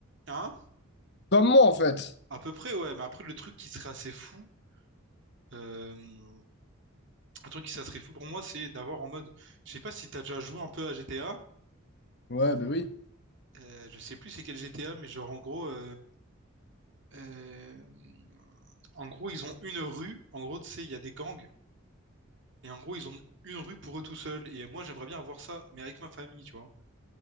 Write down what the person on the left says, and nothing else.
Comme moi, en fait.
Ouais, ben oui.